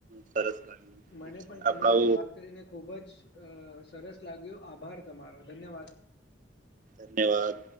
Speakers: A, on the right; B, on the left.
A: સરસ લાગ્યું. ઠીક
B: મને
A: છે
B: પણ તમારાથી
A: આપડા
B: વાત કરીને ખુબ જ સરસ લાગ્યું આભાર તમારો ધન્યવાદ.
A: ધન્યવાદ.